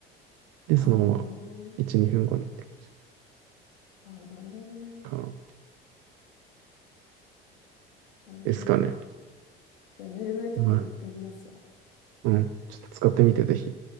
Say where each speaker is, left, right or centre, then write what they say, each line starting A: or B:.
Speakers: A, on the right; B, on the left.
A: で、
B: ああ、
A: そのまま1、
B: なるほどね。
A: 2分後にって感じ
B: ああ、なるほどね。
A: かな。
B: なるほどね。
A: ですかね。
B: じゃあ寝れない時にやってみますわ。
A: まあ、うん。ちょっと使ってみて、ぜひ。